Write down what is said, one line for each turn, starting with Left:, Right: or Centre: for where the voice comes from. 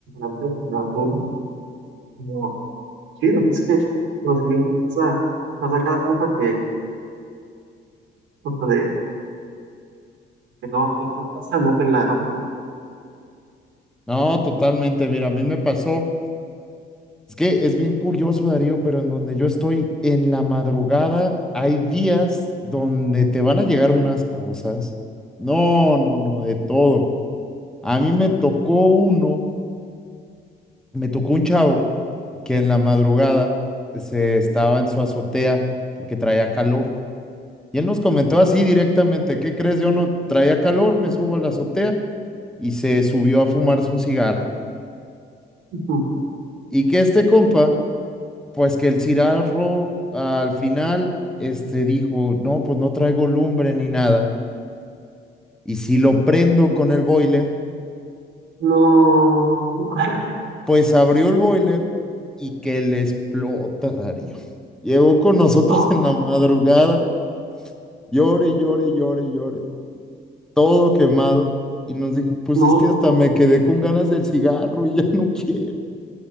Right: empresa, la reunión, como, sí, lo que es que con los clientes pasa, pasa cada cosa que, cosa de, que no, no, no pasa nunca en la... no te-
Centre: No, totalmente. Mira, a mí me pasó. Es que es bien curioso, Darío, pero en donde yo estoy en la madrugada, hay días donde te van a llegar unas cosas. No, no, no, de todo. A mí me tocó uno, me tocó un chavo que en la madrugada se estaba en su azotea porque traía calor. Y él nos comentó así directamente, ¿qué crees? Yo no traía calor, me subo a la azotea y se subió a fumarse un cigarro.
Right: Ujú.
Centre: Y que este compa pues que el Cirarro al final este, dijo, no, pues no traigo lumbre ni nada. Y si lo prendo con el boiler,
Right: No, <laughs>
Centre: pues abrió el boiler y que le explota Darío. Llegó con nosotros
Right: no,
Centre: en la madrugada, llore, llore, llore, llore, todo quemado. Y nos dijo, pues
Right: no,
Centre: es que hasta me quedé con ganas del cigarro y ya no quiero.